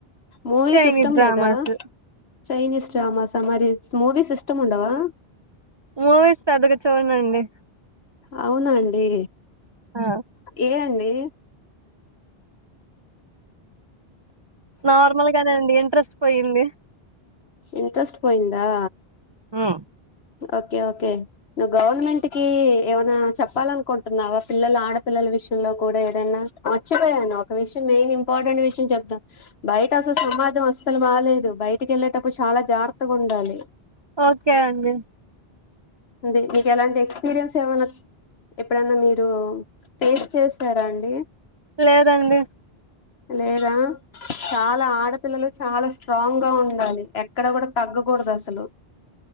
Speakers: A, on the left (about 80°); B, on the right (about 30°).
A: మూవీస్
B: చైనీస్
A: ఇష్టం
B: డ్రామాస్
A: లేదా చైనీస్ డ్రామాసా మరి మూవిస్ ఇష్టం ఉండవా
B: మూవీస్ పెద్దగా చూడనండి
A: అవునాండి
B: ఆ
A: ఏ అండి
B: నార్మల్ గానే అండి ఇంట్రెస్ట్ పోయింది
A: ఇంంట్రెస్ట్ పోయిందా
B: ఉమ్
A: ఓకే ఓకే నువ్వు గవర్నమెంట్ కి ఏమైనా చెప్పాలనుకుంటున్నావా పిల్లలు ఆడపిల్లలు విషయంలో కూడా ఏదైనా మర్చిపోయాను ఒక విషయం మెయిన్ ఇంపార్టెంట్ విషయం చెప్దాం బయట అసల్ స మాజం అస్సలు బాలేదు బయటికి వెళ్ళేటప్పుడు చాలా జాగ్రత్తగా ఉండాలి
B: ఓకే అండి
A: ది మీకు ఎలాంటి ఎక్స్పీరియన్స్ ఏమైనా ఎప్పుడన్నా మీరు ఫేస్ చేసారా అండి
B: లేదండి
A: లేదా చాలా ఆడపిల్లలు చాలా స్ట్రాంగ్ గా ఉండాలి ఎక్కడ కూడా తగ్గకూడదు అసలు